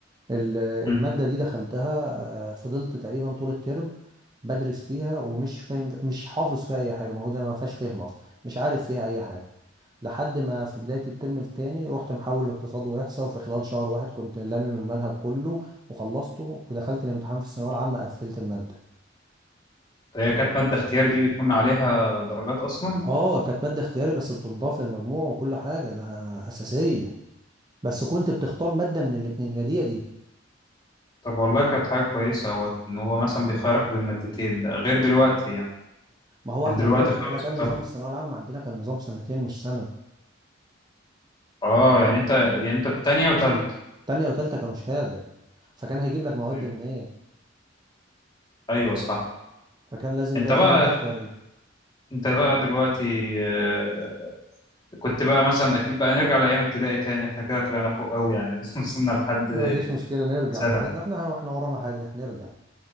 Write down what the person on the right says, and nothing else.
ال-
المادة دي دخلتها آه، فضلت تقريبا طول الترم بدرس فيها ومش فاهم مش حافظ فيها أي حاجة المفروض أنا ما فيهاش فهم أصلا مش عارف فيها أي حاجة لحد ما في بداية الترم التاني رحت محول لاقتصاد وإحصاء وفي خلال شهر واحد كنت لامم المنهج كله وخلصته ودخلت الامتحان في الثانوية العامة قفلت المادة
اه كانت مادة اختياري بس بتنضاف للمجموع وكل حاجة ده أساسية بس كنت بتختار مادة من الاتنين يا دي يا دي
ما هو
احنا
كنا
احنا كان
نظام الثانوية العامة عندنا كان نظام سنتين مش سنة
تانية وتالتة كانوا شهادة فكان هيجيب لك مواد
منين ايه
فكان لازم
بقى
في مادة اختيارية
ما فيش مشكلة نرجع
براحتنا احنا احنا ورانا حاجة نرجع